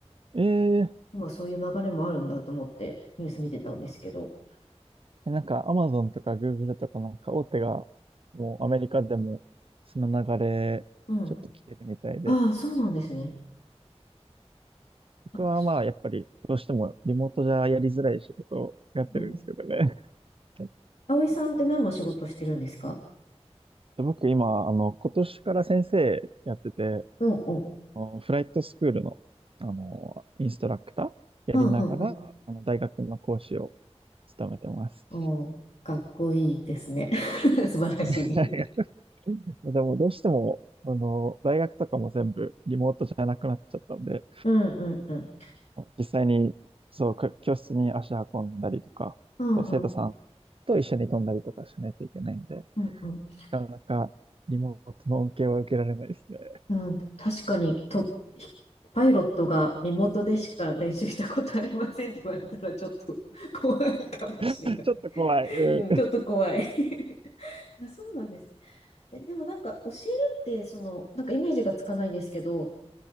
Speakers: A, on the right (about 55°); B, on the left (about 70°).
A: えー
B: 今そういう流れもあるんだと思ってニュース見てたんですけど。
A: なんか、アマゾンとかグーグルとかなんか大手が、もうアメリカでも、その流れ、
B: うん。
A: ちょっと来てるみたいで。
B: ああ、そうなんですね。
A: 僕はまあ、
B: やっぱそ
A: やっぱり、どうしてもリモートじゃやりづらい仕事をやってるんですけどね。
B: うん。
A: <laughs>
B: 葵さんって何の仕事してるんですか
A: 僕今、あの、今年から先生やってて、
B: うんうん。
A: あのフライトスクールの、あの、インストラクターやりながら、
B: うんうんうん。
A: あの、大学の講師を務めてます。
B: おーかっこいいですね。<laughs> 素晴らしい。
A: <laughs> はいでも、どうしても、あの、大学とかも全部リモートじゃなくなっちゃったんで、
B: うんうんうん。
A: 実際に、そう、く教室に足運んだりとか、
B: うんうん。
A: あと生徒さんと一緒に飛んだりとかしないといけないんで、
B: うんうん
A: なかなかリモートの恩恵は受けられないですね。
B: うん、確かにと、ひパイロットがリモートでしか練習したことありませんって言われたらちょっと <laughs> 怖いかもしれない。
A: <laughs> ちょっと怖い。うん。
B: うん、ちょっと怖い <laughs> あ、そうなんです。え、でもなんか教えるって、その、なんかイメージがつかないんですけど、